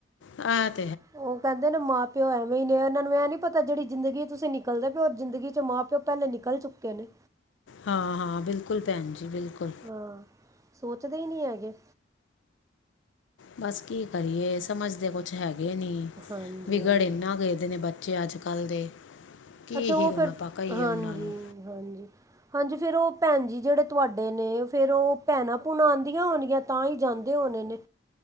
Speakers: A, on the left; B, on the right.
A: ਆ <unintelligible>
B: ਉਹ ਕਹਿੰਦੇ ਨੇ ਮਾਂ ਪਿਓ ਐਵੇਂ ਹੀ ਨੇ ਇਹਨਾਂ ਨੂੰ ਮੈਨੂੰ ਇਹਂ ਨੀ ਪਤਾ ਜਿਹੜੀ ਜ਼ਿੰਦਗੀ ਤੁਸੀਂ ਨਿਕਲਦੇ ਪਿਉ ਜ਼ਿੰਦਗੀ ਚ ਮਾਂ ਪਿਓ ਪਹਿਲੇ ਨਿਕਲ ਚੁੱਕੇ ਨੇ
A: ਹਾਂ ਹਾਂ ਬਿਲਕੁਲ ਭੈਣ ਜੀ ਬਿਲਕੁਲ
B: ਹਾਂ ਸੋਚਦੇ ਹੀ ਨਹੀਂ ਹੈਗੇ
A: ਬਸ ਕੀ ਕਰੀਏ ਸਮਝੱਦੇ ਕੁਛ ਹੈਗੇ ਗੇ ਨੀ
B: ਹਾਂਜੀ
A: ਵਿਗੜ
B: ਹਾਂਜੀ
A: ਇੰਨਾ ਗ ਇਹਦੇ ਨੇ ਬੱਚੇ ਜੇ ਅੱਜ ਕੱਲ੍ਹ ਦੇ ਕੀ
B: ਅੱਛਾ
A: ਹੀ
B: ਉਹ
A: ਹੁਣ
B: ਫਿਰ
A: ਆਪਾਂ ਕਹੀਏ
B: ਹਾਂਜੀ
A: ਉਹਨਾਂ ਨੂੰ
B: ਹਾਂਜੀ ਹਾਂਜੀ ਫਿਰ ਉਹ ਭੈਣ ਜੀ ਜਿਹੜੇ ਤੁਹਾਡੇ ਨੇਂ ਫਿਰ ਉਹ ਭੈਣਾਂ ਭੂਣਾਂ ਆਉਂਦੀਆਂ ਹੋਣਗੀਆਂ ਤਾਂ ਹੀ ਜਾਂਦੇ ਹੋਣੇ ਨੇ